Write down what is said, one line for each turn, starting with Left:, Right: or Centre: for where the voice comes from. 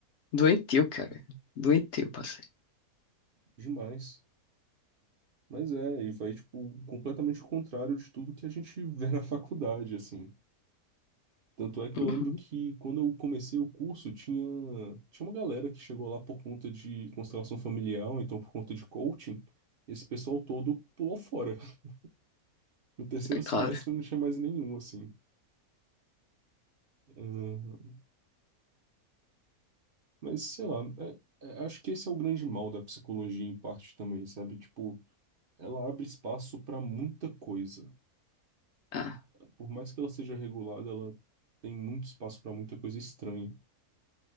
Left: doentio, cara. Doentio, passei.
Right: demais. Mas é, e vai, tipo, completamente o contrário de tudo que a gente <laughs> vê na faculdade, assim. Tanto é que eu
Left: Uhum.
Right: lembro que quando eu comecei o curso, tinha, tinha uma galera que chegou lá por conta de constelação familiar, ou então por conta de coaching. Esse pessoal todo pulou fora. <laughs> No terceiro
Left: É claro.
Right: semestre não tinha mais nenhum, assim. Ah, mas sei lá, é- é- acho que esse é o grande mal da psicologia, em parte também, sabe? Tipo, ela abre espaço para muita coisa.
Left: Ah,
Right: Por mais que ela seja regulada, ela tem muito espaço para muita coisa estranha.